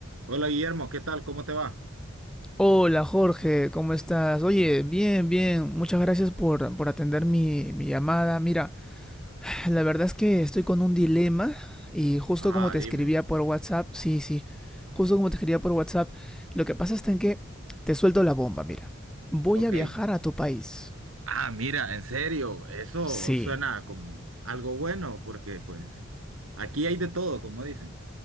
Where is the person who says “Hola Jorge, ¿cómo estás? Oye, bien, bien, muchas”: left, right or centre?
Centre